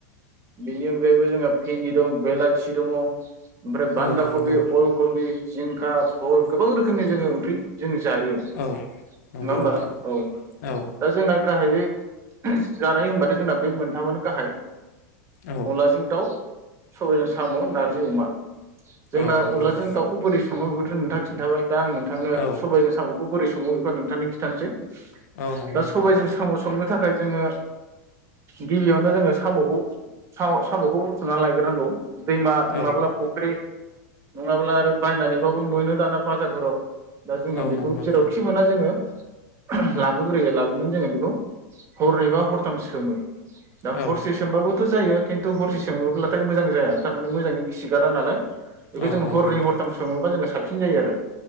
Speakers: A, on the right (about 30°); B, on the left (about 70°).
A: बेनि अनगायैबो जोंहा भिन्दि दं बेलाथि दङ'। ओमफ्राय बान्दा
B: औ नंगौ
A: कबि, अलकबि जिंखा फल गोबां रोखोमनि जोङो ओंख्रि जोङो जायो।
B: औ नंगौ
A: नङा होमबा?
B: नोंथां
A: औ
B: औ
A: दा जोंना गाहायै जानाय होनबाथाय जोंना बे मोनथामआनो गाहाय।
B: औ
A: अनलाजों दाउ, सबायजों साम', नारजि अमा। जोंना
B: औ नंगौ
A: अनलाजों
B: नोंथां
A: दाउखौ बोरै सङो बेखौथ' नोंथांआ खि खिनथाबाय। दा आं नोंथांनो
B: औ
A: सबायजों साम'खौ बोरै सङो बेखौ नोंथांनो खि थानोसै।
B: औ नंगौ
A: दा
B: नोंथां
A: सबायजों साम' संनो थाखाय जोङो गिबियावनो जोङो साम'खौ सा-साम'खौ बुथुमनानै लायग्रोनांगौ। दैमा
B: औ
A: नङाब्ला फुख्रि नङाब्ला आरो बायनानैबाबो मोनो दाना बाजारफोराव। दा जोङो
B: औ
A: बेखौ
B: नंगौ नोंथां
A: जेरावखि मोना जोङो <unintelligible> लाबोग्रोयो लाबोनानै जोङो बेखौ हरनैबा हरथाम सोमो। दा
B: औ
A: हरसे सोमबाबोथ' जायो, खिन्थु हरसे सोमोब्लाथाय मोजां जाया। थारमाने मोजाङै खिगारा नालाय। बेखौ
B: औ
A: जों
B: नंगौ
A: हरनै
B: नोंथां
A: हरथाम सोमोब्ला जोङो साब सिन जायो आरो।